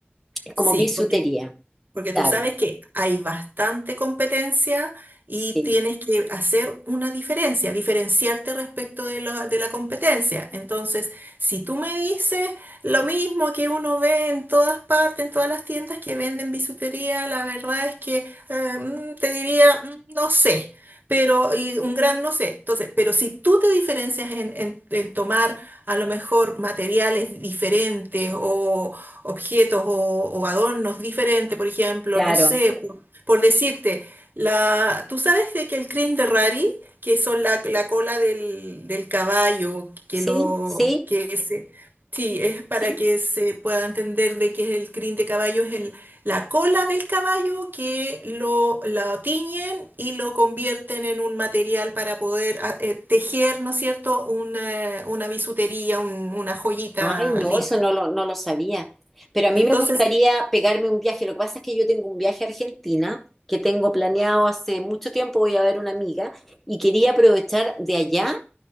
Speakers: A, in the centre; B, on the right (about 50°).
A: Es como
B: Sí,
A: bisutería,
B: porque Porque
A: claro.
B: tú sabes que hay bastante competencia y
A: Sí,
B: tienes que hacer una diferencia, diferenciarte respecto de, lo- de la competencia. Entonces, si tú me dices lo mismo que uno ve en todas partes, en todas las tiendas que venden bisutería, la verdad es que eh, mm, te diría, mm, no sé, pero y un gran no sé. Entonces, pero si tú te diferencias en, en en tomar a lo mejor materiales diferentes objetos o, o adornos diferentes, por ejemplo,
A: claro.
B: no sé, por, por decirte, la, tú sabes de que el crin de Rari, que son la, la cola del, del caballo, que
A: Sí,
B: lo,
A: sí,
B: que se, sí, es para
A: sí.
B: que se pueda entender de que es el crin de caballo, es el, la cola del caballo que lo, la tiñen y lo convierten en un material para poder ah, eh, tejer, ¿no es cierto?, una, una bisutería, un- una joyita
A: Ay, no,
B: linda.
A: eso no lo, no lo sabía. Pero a mí
B: Entonces,
A: me gustaría pegarme un viaje. Lo que pasa es que yo tengo un viaje a Argentina que tengo planeado hace mucho tiempo. Voy a ver una amiga y quería aprovechar de allá